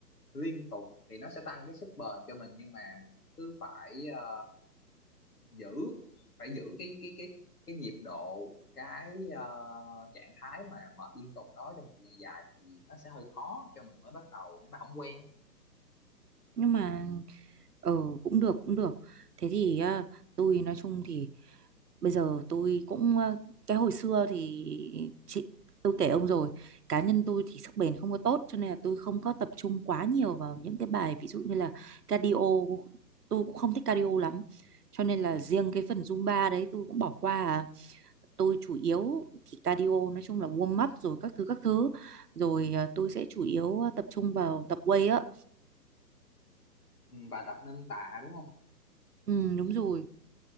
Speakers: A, on the left (about 60°); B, on the right (about 65°).
A: liên tục thì nó sẽ tăng cái sức bền cho mình nhưng mà mình cứ phải ờ, giữ phải giữ cái cái cái cái nhịp độ cái ờ, trạng thái mà mệt liên tục đó trong thời gian dài thì nó sẽ hơi khó cho người mới bắt đầu nếu mà không quen á.
B: nhưng mà ờ cũng được cũng được thế thì à, tôi nói chung thì bây giờ tôi cũng ờ, cái hồi xưa thì chị tôi kể ông rồi cá nhân tôi thì sức bền không có tốt cho nên là tôi không có tập trung quá nhiều vào những cái bài ví dụ như là cardio tôi cũng không thích cardio lắm cho nên là riêng cái phần Zumba đấy tôi cũng bỏ qua à. tôi chủ yếu thì cardio nói chung là warm up rồi các thứ các thứ rồi ờ, tôi sẽ chủ yếu ờ, tập trung vào tập weight á
A: ừ, bà tập nâng tạ đúng không
B: ừ, đúng rồi